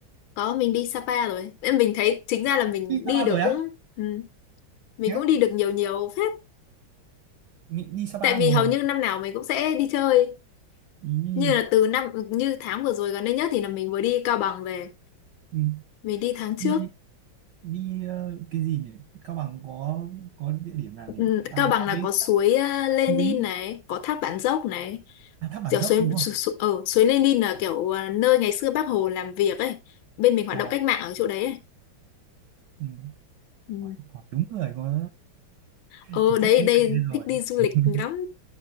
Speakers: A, on the left; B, on the right.
A: Có mình đi Sapa rồi. Em mình thấy chính ra là mình
B: đi Sapa
A: đi được
B: rồi á
A: cũng ừ, mình
B: nhá
A: cũng đi được nhiều nhiều phết.
B: mình đi Sapa
A: Tại
B: một
A: vì hầu
B: lần
A: như năm nào mình cũng sẽ đi chơi.
B: ý
A: Như là từ năm như tháng vừa rồi gần đây nhất thì là mình vừa đi Cao Bằng về.
B: Ừ.
A: Mình đi tháng trước.
B: Đi đi ờ, cái gì nhỉ? Cao Bằng có có địa điểm nào nhỉ?
A: Ừ,
B: À
A: Cao Bằng
B: có
A: là
B: cái
A: có suối
B: tháp
A: ờ, Lenin
B: núi
A: này, có thác Bản Dốc này,
B: à, tháp Bản
A: kiểu
B: Dốc
A: suối
B: đúng không?
A: su, su, ở suối Lenin là kiểu ờ, nơi ngày xưa Bác Hồ làm việc ấy. Bên mình hoạt
B: À
A: động cách mạng ở chỗ đấy ấy.
B: ừ.
A: Ừ.
B: Hỏi, hỏi đúng người có
A: Ừ
B: sở thích
A: đấy
B: du
A: đây
B: lịch đây rồi.
A: thích đi du
B: <laughs>
A: lịch lắm